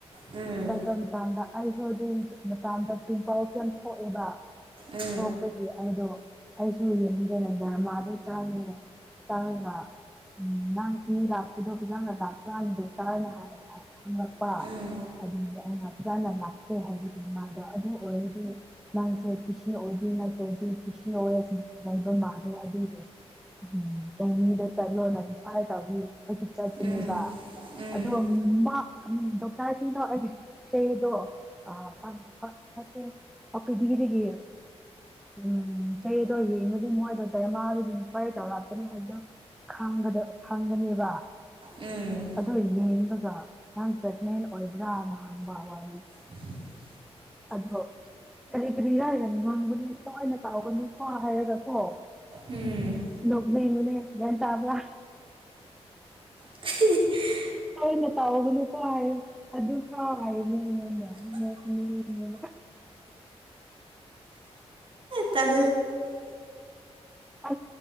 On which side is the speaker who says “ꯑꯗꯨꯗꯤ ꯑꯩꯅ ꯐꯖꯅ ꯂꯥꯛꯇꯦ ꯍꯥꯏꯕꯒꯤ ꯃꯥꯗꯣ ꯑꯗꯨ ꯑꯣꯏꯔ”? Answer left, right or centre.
Centre